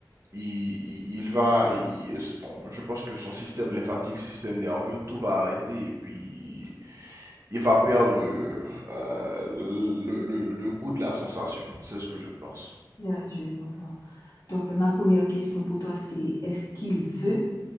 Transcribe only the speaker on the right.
il, il, il va, il- bon, je pense que son système lymphatique, système nerveux, tout va arrêter et puis il, il va perdre euh, euh, le, le, le goût de la sensation. C'est ce que je pense.